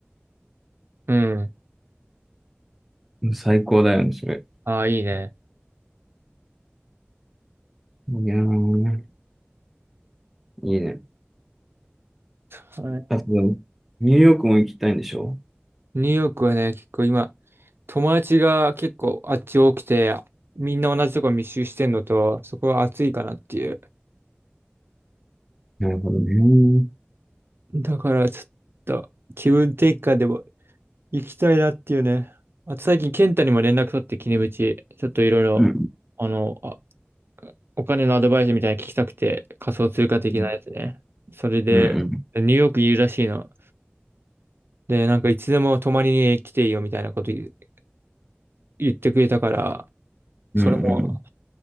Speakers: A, on the right (about 65°); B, in the centre.
A: うん。
B: 最高だよね、それ。
A: ああ、いいね。
B: いやー、いいね。
A: はい
B: あと、ニューヨークも行きたいんでしょ
A: ニューヨークはね、結構今、友達が結構あっち多くて、みんな同じとこ密集してんのと、そこは暑いかなっていう。
B: なるほどね。うん
A: だから、ちょっと、気分転換でも行きたいなっていうね。あと最近、健太にも連絡取って、キネムチ。ちょっといろいろ、
B: う
A: あの、あ、お金のアドバイスみたいなの聞きたくて、仮想通貨的なやつね。
B: ん
A: それで、
B: うん
A: ニューヨークいるらしいの。で、なんかいつでも泊まりに来ていいよみたいなこと言う言ってくれたから、
B: うん
A: それも、